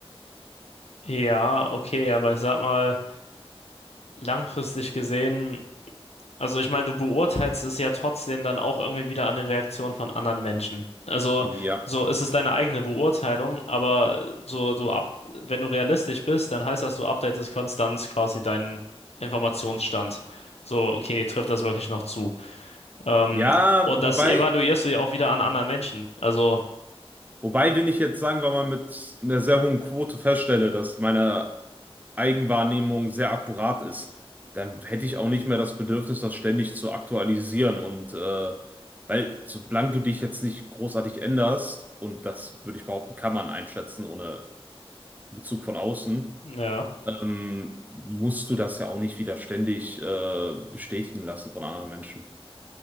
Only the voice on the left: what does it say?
ja, okay, aber ich sag mal, langfristig gesehen, also ich meine, du beurteilst es ja trotzdem dann auch irgendwie wieder an den Reaktionen von anderen Menschen. Also,
so, es ist deine eigene Beurteilung, aber so, du ab, wenn du realistisch bist, dann heißt das, du updatest konstant quasi deinen Informationsstand. So, okay, trifft das wirklich noch zu? Ähm,
und
das evaluierst du ja auch wieder an anderen Menschen. Also,
ja.